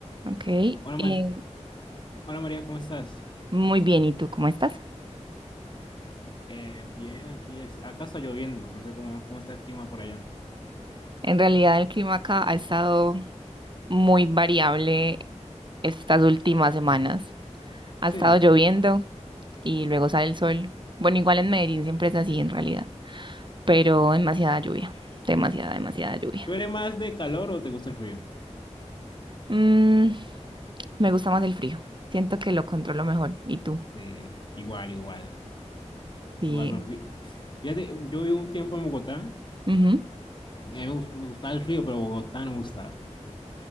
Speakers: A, on the right; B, on the left.
A: Ok,
B: Hola,
A: eh,
B: Mar- Hola María, ¿cómo estás?
A: muy bien, ¿y tú cómo estás?
B: Eh, bien, aquí es, acá está lloviendo, no sé cómo, cómo está el clima por allá.
A: En realidad el clima acá ha estado muy variable estas últimas semanas. Ha
B: Sí,
A: estado lloviendo y luego sale el sol. Bueno, igual en Medellín siempre es así en realidad, pero demasiada lluvia, demasiada, demasiada lluvia.
B: ¿Tú eres más de calor o te gusta el frío?
A: Mm, me gusta más el frío, siento que lo controlo mejor. ¿Y tú?
B: Sí, igual, igual,
A: Sí.
B: igual. pero fí- fíjate, yo viví un tiempo en Bogotá,
A: ujú.
B: y a mí me, gus- me gustaba el frío, pero Bogotá no me gustaba.